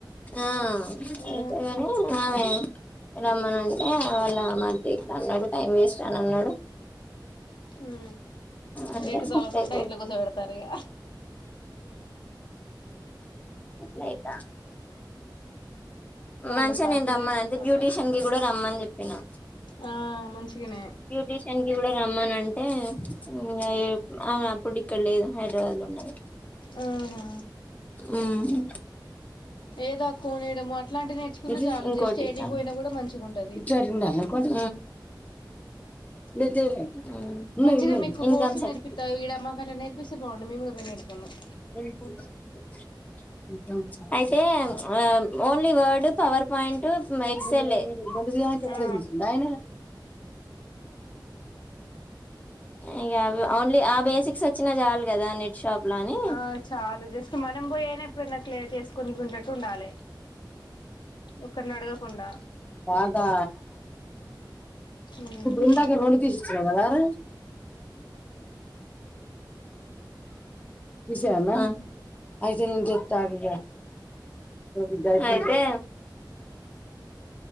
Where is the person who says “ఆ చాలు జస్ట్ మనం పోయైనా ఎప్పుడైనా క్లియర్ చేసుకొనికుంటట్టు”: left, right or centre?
Left